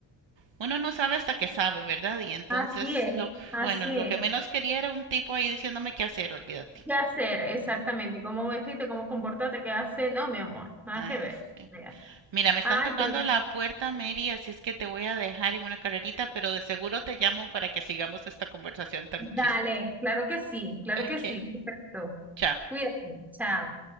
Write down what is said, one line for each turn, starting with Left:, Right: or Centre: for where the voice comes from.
Right: uno no sabe hasta que sabe, ¿verdad? Y entonces,
Centre: Así es,
Right: lo,
Centre: así
Right: bueno, lo
Centre: es.
Right: que menos quería era un tipo ahí diciéndome qué hacer, olvídate.
Centre: ¿Qué hacer exactamente? ¿Y ¿Cómo vestirte? ¿Cómo comportarte? ¿Qué hacer? No, mi amor, nada
Right: Ah,
Centre: que
Right: es-
Centre: ver. Vea.
Right: Mira, me están
Centre: Ah,
Right: tocando
Centre: pero-
Right: la puerta, Mary, así es que te voy a dejar en una carrerita, pero de seguro te llamo para que sigamos esta conversación tan
Centre: dale,
Right: chistosa.
Centre: claro que sí, claro
Right: Ok,
Centre: que sí, perfecto.
Right: chao.
Centre: Cuídate, chao.